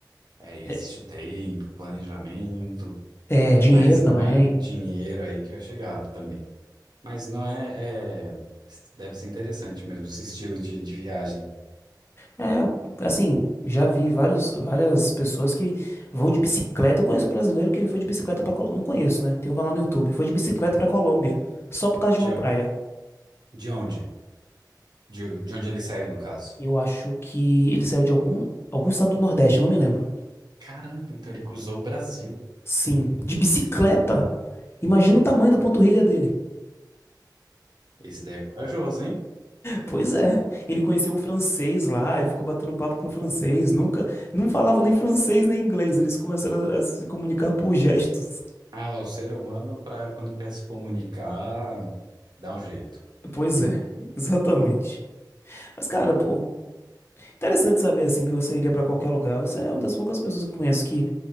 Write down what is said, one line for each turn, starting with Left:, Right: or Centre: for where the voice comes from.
Right: É, existe
Left: é,
Right: tempo, planejamento,
Left: é, dinheiro
Right: mas não
Left: também.
Right: é dinheiro aí que vai chegar também. Mas não é, é- deve ser interessante mesmo esse estilo de, de viagem.
Left: É, assim, já vi vários, várias pessoas que vão de bicicleta. Eu conheço um brasileiro que ele foi de bicicleta para Colômbia. Não conheço, né? Tem um canal no YouTube. Foi de bicicleta para Colômbia, só por causa de
Right: De,
Left: uma praia.
Right: on- de onde? De, de onde ele saiu, no caso?
Left: Eu acho que ele saiu de algum, algum estado do Nordeste, eu não me lembro.
Right: Caramba, então ele cruzou o Brasil.
Left: Sim, de bicicleta. Imagina o tamanho da panturrilha dele.
Right: Esse daí é corajoso, hein?
Left: Pois é, ele conheceu um francês lá e ficou batendo papo com o francês. Nunca, não falava nem francês nem inglês. Eles começaram a, a se comunicar por gestos.
Right: Ah, o ser humano, para quando quer se comunicar, dá um jeito.
Left: Pois é, exatamente. Mas cara, pô, interessante saber assim que você iria pra qualquer lugar. Você é uma das poucas pessoas que eu conheço que,